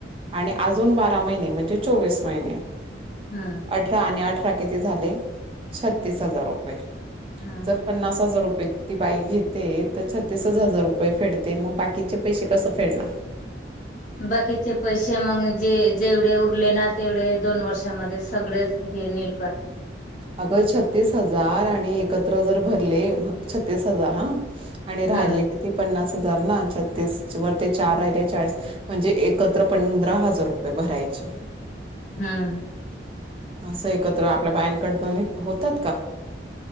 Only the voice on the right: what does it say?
आणि अजून बारा महिने म्हणजे चोवीस महिने
अठरा आणि अठरा शकती झाले छत्तीस हजार रुपये
जर पन्नास हजार रुपय ती बाई घेते तर छत्तीस हजार रुपये फेडते मग बाकीचे पैसे कसे फेडणार
अग छतीस हजार आणि एकत्र जर भ मग छतीस हजार हा आणि राहिली
कितीी पन्नास हजार छत्तीस वरती चार राहिले चाळीस म्हणजे एकत्र पंधरा हजार रुपये भरायचे
असं एकत्र आप आपल्या बायानकड दन होतात का